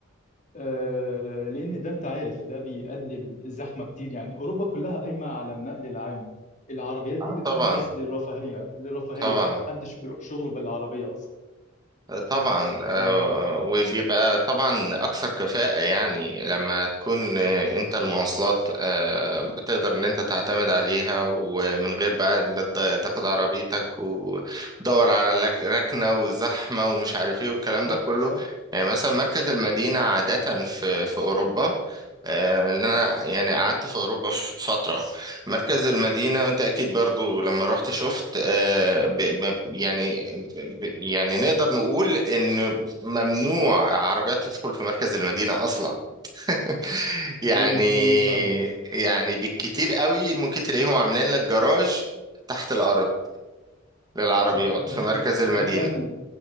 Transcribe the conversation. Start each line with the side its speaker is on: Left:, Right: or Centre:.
Left: آه، لان ده انت عارف ده بيقلل الزحمه كتير يعني اوروبا كلها قايمه على النقل العام العربيات دي
Right: اه
Left: بتكون
Right: طبعا
Left: بس للرفاهيه للرفاهيه
Right: طبعا
Left: محدش بيروح شغله بالعربيه اصلا
Right: آه، طبعا آه
Left: آه،
Right: وبيبقى طبعا اكثر كفاءة يعني لما تكون آه، انت المواصلات آه بتقدر ان انت تعتمد عليها ومن غير بقى لا تض- تاخد عربيتك وتدور على لك- ركنة وزحمة ومش عارف ايه والكلام
Left: صح
Right: ده كله
Left: صح
Right: يعني مثلا مركز المدينة عادة في في اوروبا آه، لأن انا يعني قعدت في اوروبا ف- فتره مركز المدينة وانت اكيد برضو لما رحت شفت آه، ب- ب- يعني ب- يعني نقدر نقول ان ممنوع عربيات تدخل في مركز المدينة اصلا <laughs> يعني
Left: حقيقي حقيقي فعلا
Right: يعني بالكتير قوي ممكن تلاقيهم عاملين لك جراج تحت الارض للعربيات
Left: صح ده
Right: في مركز
Left: ده
Right: المدينة
Left: ده فعلا